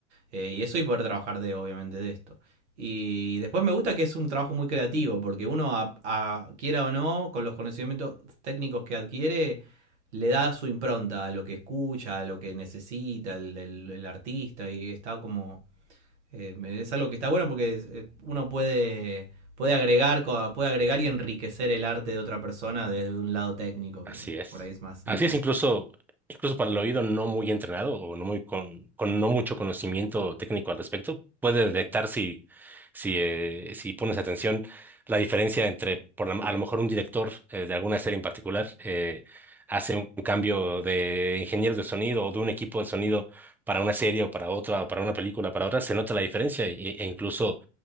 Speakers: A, on the right (about 80°); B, in the centre.
A: Eh, y eso y poder trabajar de, obviamente, de esto. Y después me gusta que es un trabajo muy creativo, porque uno, a- a- quiera o no, con los conocimientos técnicos que adquiere, le da su impronta a lo que escucha, a lo que necesita el, el- el artista, y está como... eh, es algo que está bueno porque eh, uno puede, puede, agregar, puede agregar y enriquecer el arte de otra persona desde un lado técnico, que
B: Así es.
A: por ahí es más difícil.
B: Así es, incluso, incluso para el oído no muy entrenado o no muy con, con no mucho conocimiento técnico al respecto, puede detectar si, si, eh, si pones atención la diferencia entre, por la- a lo mejor un director eh, de alguna serie en particular eh, hace un cambio de ingenieros de sonido o de un equipo de sonido para una serie o para otra o para una película, para otra, se nota la diferencia e, e incluso